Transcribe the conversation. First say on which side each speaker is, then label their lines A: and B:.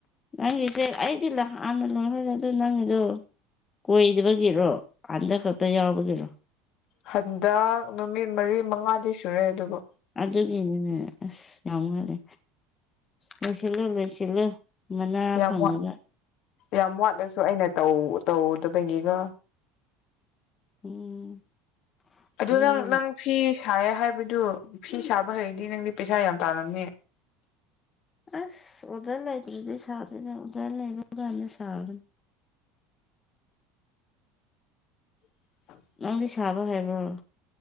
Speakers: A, on the left; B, on the left.
A: ꯅꯪꯒꯤꯁꯦ ꯑꯩꯗꯤ ꯍꯥꯟꯅ ꯂꯣꯏꯈꯅꯦ ꯑꯗꯨ ꯅꯪꯒꯤꯗꯣ ꯀꯣꯏꯗꯕꯒꯤꯔꯣ ꯍꯟꯗꯛ ꯈꯛꯇ ꯌꯥꯎꯕꯒꯤꯔꯣ
B: ꯍꯟꯗꯛ ꯅꯨꯃꯤꯠ ꯃꯔꯤ ꯃꯉꯥꯗꯤ ꯁꯨꯔꯦ ꯑꯗꯨꯕꯨ
A: ꯑꯗꯨꯒꯤꯅꯤꯅꯦ ꯑꯁ ꯌꯥꯝ ꯃꯥꯜꯂꯦ ꯂꯣꯏꯁꯤꯜꯂꯨ ꯂꯣꯏꯁꯤꯜꯂꯨ ꯃꯅꯥ
B: ꯌꯥꯝ
A: ꯐꯪꯅꯒ
B: ꯌꯥꯝ ꯋꯥꯠꯂꯁꯨ ꯑꯩꯅꯧ ꯇꯧꯗꯕꯒꯤꯒ
A: ꯎꯝ
B: ꯑꯗꯨ
A: ꯑꯗꯨꯅꯦꯕ
B: ꯅꯪ ꯅꯪ ꯐꯤ ꯁꯥꯥꯏꯌꯦ ꯍꯥꯏꯕꯗꯨ ꯐꯤ ꯁꯥꯕ ꯍꯩꯔꯗꯤ ꯅꯪꯗꯤ ꯄꯩꯁꯥ ꯌꯥꯝ ꯇꯥꯜꯂꯝꯅꯤ
A: ꯑꯁ ꯑꯣꯗ ꯂꯩꯇꯗꯤ ꯁꯥꯗꯅꯦ ꯑꯣꯗ ꯂꯩꯕꯒꯅꯤ ꯁꯥꯕ
B: ꯑ <inaudible>
A: ꯅꯪꯗꯤ ꯁꯥꯕ ꯍꯥꯏꯕ꯭ꯔꯣ